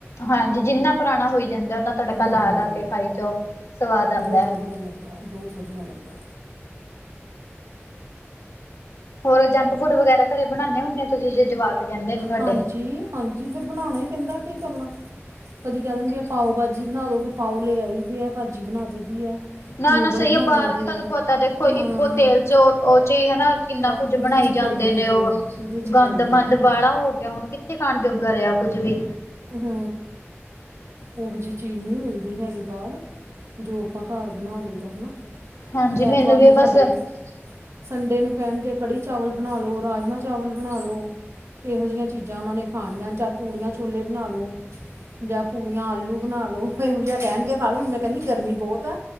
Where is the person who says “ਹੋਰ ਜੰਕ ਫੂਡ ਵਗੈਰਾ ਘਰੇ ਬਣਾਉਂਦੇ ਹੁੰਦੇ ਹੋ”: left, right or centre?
Left